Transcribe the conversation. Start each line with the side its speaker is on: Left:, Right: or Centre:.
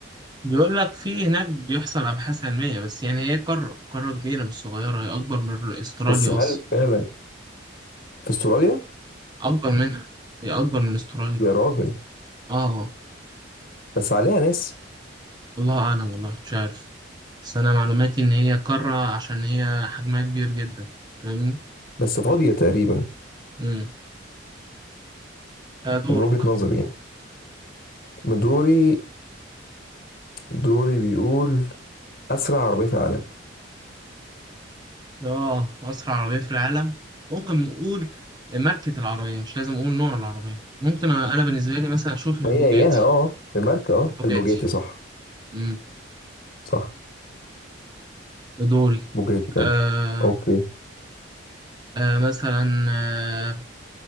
Right: بيقول لك في هناك بيحصل أبحاث علمية بس يعني هي قارة قارة كبيرة مش صغيرة هي أكبر من أستراليا
Left: بس هل
Right: أصلا
Left: فعلا في استراليا
Right: أكبر منها هي أكبر من أستراليا
Left: يا راجل
Right: آه
Left: بس عليها ناس
Right: الله أعلم والله مش عارف بس أنا معلوماتي إن هي قارة عشان هي حجمها كبير جدا فاهمني؟
Left: بس فاضية تقريبا
Right: أمم دورك
Left: من وجهة نظري يعني من دوري دوري بيقول أسرع عربية في العالم
Right: آه أسرع عربية في العالم ممكن نقول ماركة العربية مش لازم أقول نوع العربية ممكن أنا أنا بالنسبة لي مثلا أشوف البوجاتي
Left: ما هي إياها أه الماركة أه
Right: البوجاتي
Left: البوجاتي صح
Right: أمم
Left: صح
Right: دوري
Left: بوجاتي فعلا
Right: آه
Left: أوكي
Right: آه مثلا آه،